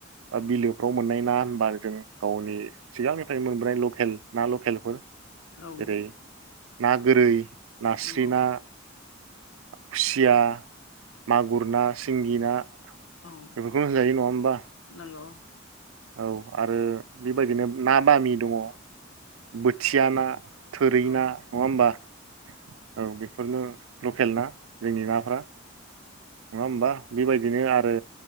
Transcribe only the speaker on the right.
बा बिलोफ्राव मोननाय ना होनबा जों गावनि सिगांनि फ्राय मोनबोनाय लकेल ना लकेलफोर।
जेरै ना गोरै। नास्रि
ना। खुसिया मागुर ना सिंगि ना।
बेफोरखौनो जायो नङा होमबा।
औ आरो बेबायदिनो ना बामि दङ। बोथिया ना। थोरै ना
नङा होमबा औ बेफ बेफोरनो लकेल ना जोंनि नाफ्रा नङा होमबा बेबायदिनो आरो